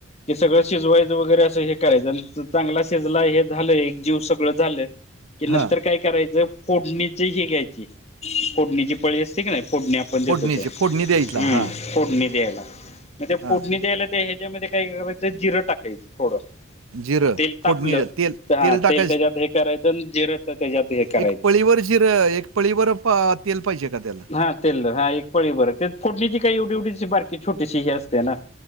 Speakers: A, on the left; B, on the right.
A: की सगळं शिजवायचं वगैरे असं हे करायचं अन् चांगला शिजला हे झालं एक जीव सगळं झालं <inaudible> की नंतर
B: हां
A: काय करायचं फोडणीचे हे घ्यायची फोडणीची पळी असते की नाही फोडणी आपण देतो
B: फोडणीचे
A: ते,
B: फोडणी द्यायला
A: हम्म!
B: हां
A: फोडणी द्यायला मग
B: हां
A: फोडणी द्यायला ते ह्याच्यामध्ये काय करायचं जिरं टाकायचं थोडं.
B: जिरं
A: तेल तापलं
B: फोडणीचं तेल
A: तर हां
B: टाकायचं
A: तेल त्याच्यात हे करायचं आणि जिरं त्याच्यात हे करायचं.
B: एक पळीवर जिर एक पळीभर तेल पाहिजे का त्याला?
A: हा तेल. हा, एक पळीबर. त्यात फोडणीची काय एवढी- एवढीशी, बारकी, छोटीशी ही असते ना.